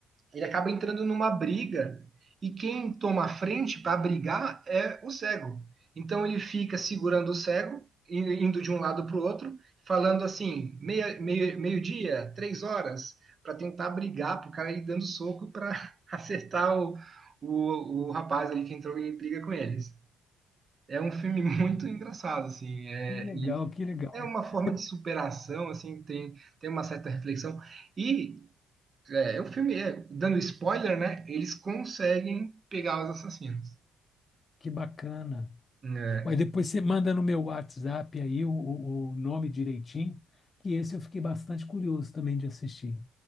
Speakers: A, on the right; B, on the left.
A: Ele acaba entrando numa briga e quem toma a frente para brigar é o cego. Então ele fica segurando o cego, indo de um lado para o outro, falando assim, meia, meia meio-dia, três horas, para tentar brigar, para o cara ir dando soco para <laughs> acertar o, o, o rapaz ali que entrou em briga com eles. É um filme muito engraçado, assim, é,
B: Que legal,
A: e
B: que legal.
A: é uma forma
B: De-
A: de superação, assim, tem, tem uma certa reflexão. E é, o filme, é, dando spoiler, né? Eles conseguem pegar os assassinos.
B: Que bacana.
A: É,
B: Mas depois você manda no meu WhatsApp aí o, o o nome direitinho, que esse eu fiquei bastante curioso também de assistir.